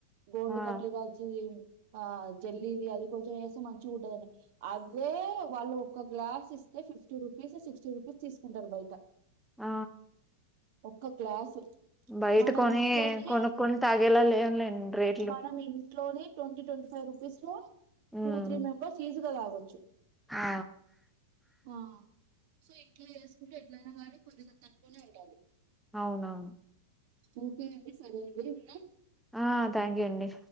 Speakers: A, on the right (about 50°); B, in the centre.
A: గోండు
B: ఆ
A: కట్లి రాచ్చి ఆ జల్లిది అది కొంచెం వేస్తే మంచిగా ఉంటదండి అదే వాళ్ళు ఒక్క గ్లాస్ ఇస్తే ఫిఫ్టీ రూపీస్ సిక్స్టీ రూపీస్ తీసుకుంటారు బయట
B: ఆ
A: ఒక్క గ్లాసు
B: బయట
A: మనం
B: కొని
A: ఇంట్లోనే
B: కొనుక్కొని తాగేలా లేవులేండి రేట్లు
A: మనం ఇంట్లోనే to twenty five rupees
B: um
A: two three members ఈజీగా తాగొచ్చు
B: ఆ
A: ఆ సో ఇంట్లో చేసుకుంటే ఎట్లయినా కానీ కొద్దిగా తక్కువనే ఉండాలి
B: అవునా
A: ఓకే అండి సరే అండి ఉన్నా
B: ఆ థ్యాంక్ యూ అండి